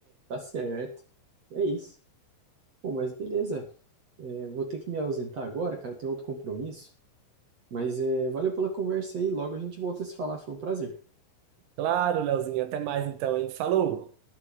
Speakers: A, on the right; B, on the right.
A: tá certo. É isso. Bom, mas beleza. É, vou ter que me ausentar agora, cara, tem outro compromisso. Mas é, valeu pela conversa aí. Logo a gente volta a se falar. Foi um prazer.
B: Claro, Leozinho, até mais então, hein? Falou!